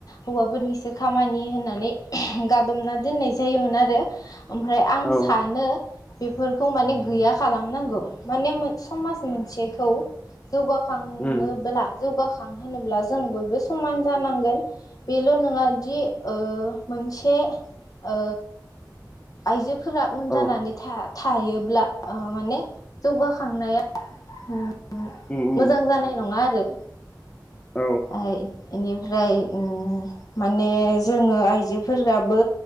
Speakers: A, on the left; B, on the left.
A: हौवाफोरनिसो खामानि होननानै गादबना दोननाय जायोमोन आरो। ओमफ्राय आं
B: औ
A: सानो बेफोरखौ माने गैया खालामनांगौ, माने समाज मोनसेखौ जौगाखांनो
B: उम
A: बोला जौगा बां होनोब्ला जों बयबो समान जानांगोन बेल' नङा दि ओ मोनसे ओ आइजो फोरा उन
B: औ
A: जानानै था थायोब्ला माने ओ जौगाखांनाया उम्म
B: उम उम
A: मोजां जानाय नङा आरो।
B: औ
A: ओ इनिफ्राय उम्म माने जोंङो आइजोफोराबो